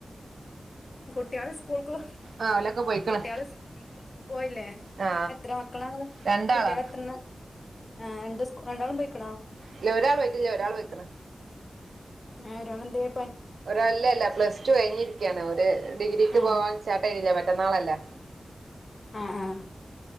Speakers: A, on the left (about 45°); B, on the right (about 75°).
A: കുട്ടിയാള് സ്കൂൾക്ക്
B: ആ ഓലൊക്കെ പോയിക്കണ്
A: കുട്ടിയാൾ സ്‌കൂ പോയില്ലേ
B: ആ
A: എത്ര മക്കളാ ങ്ങൾ
B: രണ്ടാളാ
A: കുട്ടിയാൾ എത്രണാ ആ രണ്ട് രണ്ടാളും പോയിക്ക്ണോ
B: ഇല്ല ഒരാളോയിട്ടില്ല ഒരാൾ പൊയ്ക്ക്ണ്
A: ആ ഒരാളെന്തായ്
B: ഒര് അല്ലല്ല പ്ലസ് ടു കഴിഞ്ഞിരിക്കയാണ് ഒരു ഡിഗ്രിക്ക്
A: ആഹ്
B: പോവാൻ സ്റ്റാർട്ട് ആയില്ല മറ്റന്നാളല്ലേ
A: ആഹ് ആഹ്